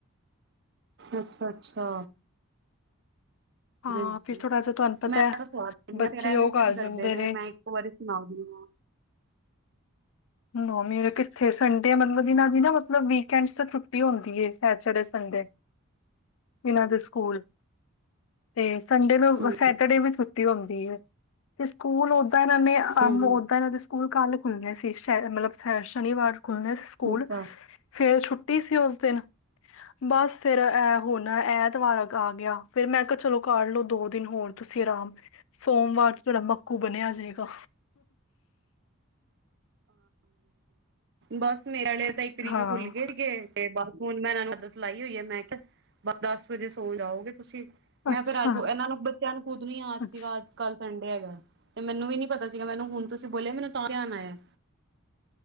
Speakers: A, on the right; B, on the left.
A: ਅੱਛਾ-ਅੱਛਾ।
B: ਹਾਂ
A: ਹਾਂਜੀ,
B: ਫਿਰ ਥੋੜਾ ਜਿਹਾ ਤੁਹਾਨੂੰ ਪਤਾ
A: ਮੈਂ
B: ਹੈ
A: ਸਵਾਨ ਇਹਨੂੰ
B: ਬੱਚੇ ਉਹ ਕਰ
A: ਜਿੱਦ
B: ਜਾਂਦੇ
A: ਕਰਦੇ ਨੇ, ਮੈਂ ਵਾਰੀ, ਸੁਣਾਂਦੀ ਆਂ।
B: ਨੋ‌ ਮੇਰਾ ਕਿੱਥੇ, ਸੰਡੇ ਮਤਲਬ, ਇਹਨਾਂ ਦੀਨਾ ਮਤਲਬ ਵੀਕਐਂਡ ਹੁੰਦੀ, ਸੈਚਰਡੇ, ਸੰਡੇ ਇਹਨਾਂ ਦੇ ਸਕੂਲ। ਤੇ ਸੰਡੇ ਨੂੰ,
A: ਹੂੰ
B: ਸੈਟਰਡੇ
A: ਹੂੰ
B: ਵੀ ਛੁੱਟੀ ਹੁੰਦੀ ਏ, ਤੇ ਸਕੂਲ ਤਾਂ ਈ ਨਾ ਮੇਂ, ਓਹਦਾਂ
A: ਹੂੰ
B: ਇਹਨਾਂ ਦੇ ਸਕੂਲ ਕੱਲ ਖੁੱਲਣੇ ਸੀ, ਮਤਲਬ ਸ ਸ਼ਨੀਵਾਰ ਖੁੱਲਣੇ ਸੀ ਸਕੂਲ,
A: ਅੱਛਾ
B: ਫੇਰ ਛੁੱਟੀ ਸੀ ਓਸ ਦਿਨ। ਬਸ ਫੇਿਰ, ਇਹ ਹੁਣ ਐਤਬਾਰ ਆ ਗਿਆ। ਫਿਰ ਮੈਂ ਕਿਹਾ ਚਲੋ ਕਾਰ। ਲੋ ਦੋ ਦਿਨ ਹੋਰ, ਤੁਸੀਂ ਆਰਾਮ ਸੋਮਵਾਰ ਤੁਹਾਡੇ। ਘੂ, ਬਣਿਆ ਸੀਗਾ।
A: ਬਸ, ਮੇਰੇ ਵਾਲੇ ਤਾਂ ਇੱਕ ਤਰੀਕ
B: ਹਾਂ
A: ਖੁੱਲ ਗਈ। ਤੇ ਬਸ, ਹੁਣ ਮੈਂ ਮਦਦ ਲਾਈ ਹੋਈ ਹੈ ਮੈਂ ਕਿਹਾ ਬਸ ਦਸ ਵਜੇ ਸੋ ਜਾਓਗੇ ਤੁਸੀਂ। ਮੈਂ
B: ਅੱਛਾ
A: ਫੇਿਰ, ਆਗੂ ਇਹਨਾਂ ਨੂੰ ਬੱਚਿਆਂ ਨੂੰ ਖੁਦ ਨ ਯਾਦ
B: ਅੱਛਾ
A: ਸੀਗਾ ਅੱਜ ਕੱਲ। ਸੰਡੇ ਹੈਗਾ ਤੇ ਮੈਨੂੰ ਵੀ ਨੀ ਪਤਾ ਸੀਗਾ ਮੈਨੂੰ ਹੁਣ ਤੁਸੀਂ ਬੋਲਿਆ ਮੈਨੂੰ ਤਾਂ ਧਿਆਨ ਆਇਆ।